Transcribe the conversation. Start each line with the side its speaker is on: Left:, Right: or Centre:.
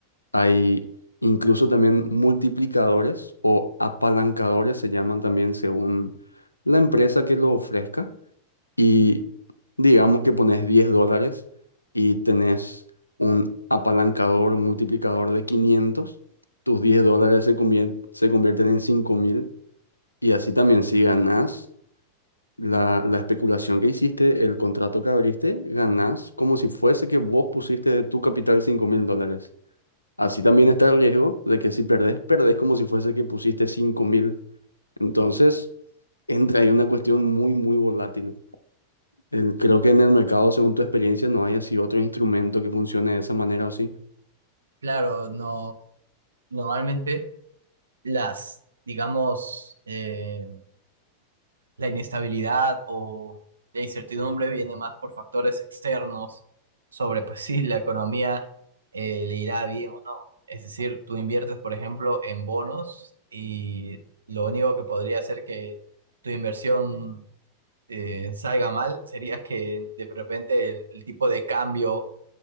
Left: Hay incluso también multiplicadores o apalancadores, se llaman también según la empresa que lo ofrezca. Y digamos que pones 10 dólares y tenés un apalancador, un multiplicador de 500 tus 10 dólares se convier- se convierten en 5.000 y así también si ganás la, la especulación que hiciste, el contrato que abriste, ganás como si fuese que vos pusiste de tu capital 5.000 dólares. Así también está el riesgo de que si perdés, perdés como si fuese que pusiste cinco mil Entonces, entra ahí una cuestión muy, muy volátil. El- creo que en el mercado, según tu experiencia, no hay así otro instrumento que funcione de esa manera o sí.
Right: Claro, no, Normalmente las, digamos, eh, la inestabilidad o la incertidumbre viene más por factores externos sobre, pues si la economía eh, le irá bien o no. Es decir, tú inviertes, por ejemplo, en bonos y lo único que podría hacer que tu inversión eh, salga mal sería que de repente el, el tipo de cambio